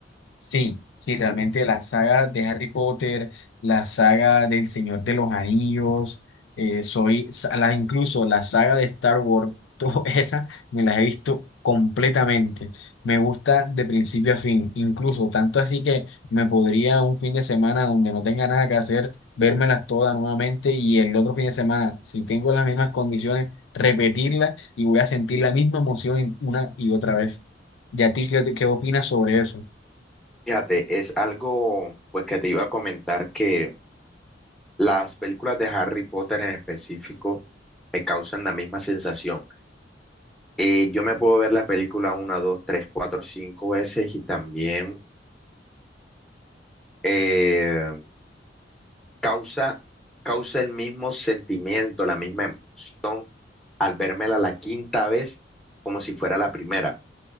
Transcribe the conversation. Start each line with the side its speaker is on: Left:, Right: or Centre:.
Left: Sí, sí, realmente la saga de Harry Potter, la saga del Señor de los Anillos, eh, soy, sa- la, incluso la saga de Star Wars, <laughs> todas esas me las he visto completamente. Me gusta de principio a fin, incluso tanto así que me podría un fin de semana donde no tenga nada que hacer, vérmelas todas nuevamente y el otro fin de semana, si tengo las mismas condiciones, repetirlas y voy a sentir la misma emoción una y otra vez. ¿Y a ti qué, te- qué opinas sobre eso?
Centre: Fíjate, es algo pues que te iba a comentar que las películas de Harry Potter en específico me causan la misma sensación. Eh, yo me puedo ver la película una, dos, tres, cuatro, cinco veces y también eh, causa, causa el mismo sentimiento, la misma emoción al vérmela la quinta vez como si fuera la primera.